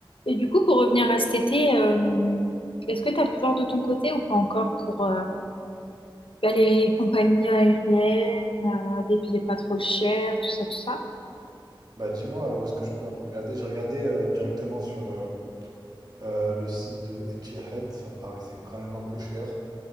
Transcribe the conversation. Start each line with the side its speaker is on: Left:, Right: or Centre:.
Left: Et du coup, pour revenir à cet été, euh, est-ce que tu as pu voir de ton côté ou pas encore pour euh, bah, les compagnies aériennes, euh, des billets pas trop chers, tout ça, tout ça?
Right: Bah dis-moi, où est-ce que je peux un peu regarder? J'ai regardé euh, directement sur euh, euh, le site de Etihad, ça me paraissait quand même un peu cher.